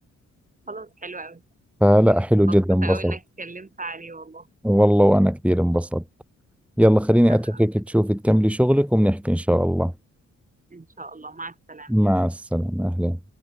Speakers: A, on the right; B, in the centre.
A: خلاص حلو قوي
B: فلا حلو
A: مبسوطة
B: جدا انبسطت
A: قوي انك اتكلمت عليه والله
B: والله وانا كثير انبسطت يلا خليني
A: انا
B: اتركك
A: اكتر
B: تشوفي تكملي شغلك وبنحكي ان شاء الله
A: ان شاء الله مع السلامة
B: مع السلامة اهلا